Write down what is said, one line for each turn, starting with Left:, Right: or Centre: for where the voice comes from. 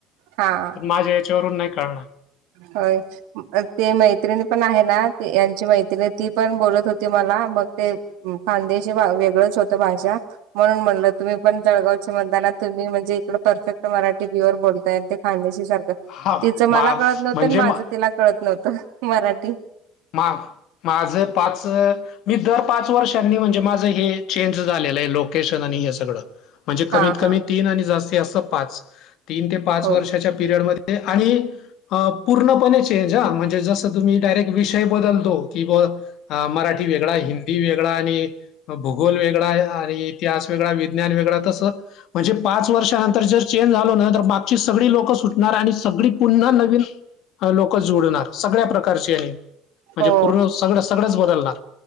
Right: हा
Left: तर माझ्या याच्यावरून नाही करळणार
Right: ह... ते मैत्रिणी पण आहे ना यांची मैत्रिणी ती पण बोलत होती मला मग ते..... खानदेशी वेगळंच होतं भाषा..... म्हणून म्हणलं तुम्ही पण जळगावचे म्हणताना तुम्ही म्हणजे इकडे परफेक्ट मराठी प्युअर बोलताय ते खानदेशी सारख.....
Left: हा
Right: तिचं
Left: मा
Right: मला कळत नव्हतं
Left: म्हणजे
Right: आणि माझं
Left: मा
Right: तिला कळत नव्हतं मराठी.....
Left: मा माझ पाच..... मी दर पाच वर्षांनी म्हणजे माझं हे चेंज झालेलं आहे लोकेशन आणि हे सगळं..... म्हणजे कमीत
Right: हा
Left: कमी
Right: हा
Left: तीन आणि जास्तीत अस पाच तीन ते पाच
Right: हो
Left: वर्षाच्या पीरियडमध्ये.... ते आणि पूर्णपणे चेंज ह म्हणजे जसं तुम्ही डायरेक्ट विषय बदलतो.... कि ब मराठी वेगळा हिंदी वेगळा आणि भूगोल.... वेगळा आणि इतिहास वेगळा विज्ञान वेगळा तस.... म्हणजे पाच वर्षानंतर जर चेंज झालो ना तर मागची सगळी लोकं सुटणार आणि सगळी पुन्हा नवीन..... लोक जोडणार सगळ्या प्रकारचे आहे.... म्हणजे
Right: हो
Left: पूर्ण सगळं सगळंच बदलणार